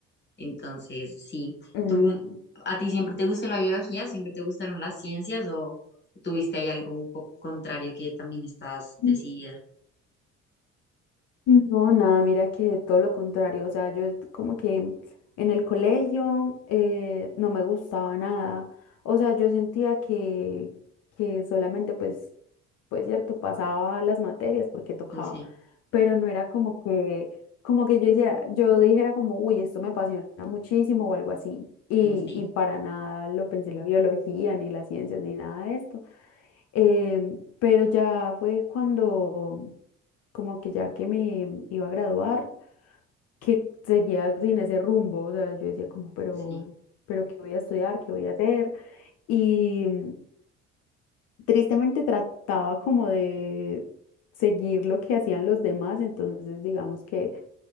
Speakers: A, on the left; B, on the left.
A: Entonces, sí,
B: mm.
A: ¿tú, a ti siempre te gustó la biología, siempre te gustaron las ciencias o tuviste ahí algo un poco contrario que también estás
B: mm.
A: decidida?
B: No, nada, mira que todo lo contrario, o sea, yo es como que en el colegio eh, no me gustaba nada, o sea, yo sentía que, que solamente pues, pues cierto, pasaba las materias porque tocaba,
A: Sí,
B: pero no era como que, como que yo hiciera, yo dijera como, uy, esto me apasiona muchísimo o algo así, y,
A: sí,
B: y para nada lo pensé la biología, ni las ciencias, ni nada de esto. Eh, pero ya fue cuando, como que ya que me iba a graduar, que seguía sin ese rumbo. O sea, yo decía como, pero,
A: sí.
B: pero ¿qué voy a estudiar? ¿Qué voy a hacer? Y mm, tristemente trataba como de seguir lo que hacían los demás. Entonces, digamos que